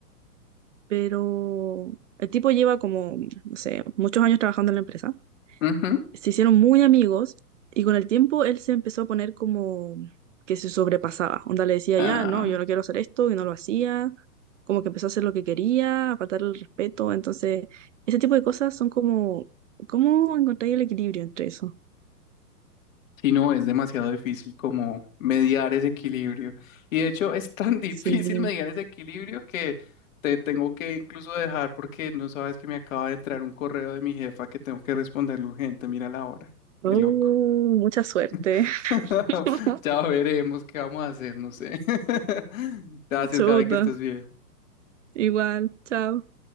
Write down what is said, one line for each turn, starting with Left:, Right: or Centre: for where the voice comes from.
Right: pero el tipo lleva como, no sé, muchos años trabajando en la empresa
Left: Ujú,
Right: se hicieron muy amigos y con el tiempo él se empezó a poner como que se sobrepasaba. Onda le decía,
Left: Ah.
Right: ya, no, yo no quiero hacer esto y no lo hacía. Como que empezó a hacer lo que quería, a faltar el respeto. Entonces, ese tipo de cosas son como, ¿cómo encontrar el equilibrio entre eso?
Left: Si no, es demasiado difícil como mediar ese equilibrio. Y de hecho es tan <laughs> difícil
Right: Sí.
Left: mediar ese equilibrio que te tengo que incluso dejar porque no sabes que me acaba de entrar un correo de mi jefa que tengo que responderle urgente. Mira la hora. Qué
Right: Oh,
Left: loco.
Right: mucha suerte.
Left: <laughs>
Right: <laughs>
Left: Ya veremos qué vamos a hacer, no sé. <laughs> Gracias,
Right: Chuta.
Left: Gaby, que estés bien.
Right: Igual, chao.